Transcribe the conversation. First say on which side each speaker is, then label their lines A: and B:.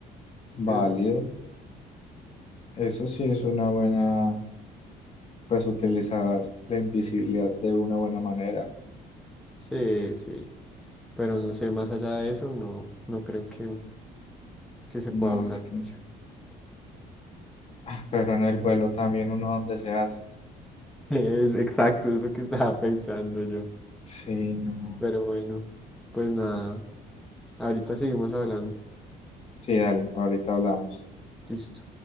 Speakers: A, on the left; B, in the centre.
A: válido.
B: Eso sí.
A: Eso sí es una buena, pues utilizar la invisibilidad de una buena manera.
B: Sí, sí, pero no sé, más allá de eso, no, no creo que, que se pueda
A: No,
B: usar
A: es que...
B: mucho.
A: Ah, pero en el vuelo también uno donde se hace.
B: <laughs> Es exacto, es lo que estaba pensando yo.
A: Sí, no.
B: Pero bueno, pues nada, ahorita seguimos hablando.
A: Sí, dale, ahorita hablamos.
B: Listo.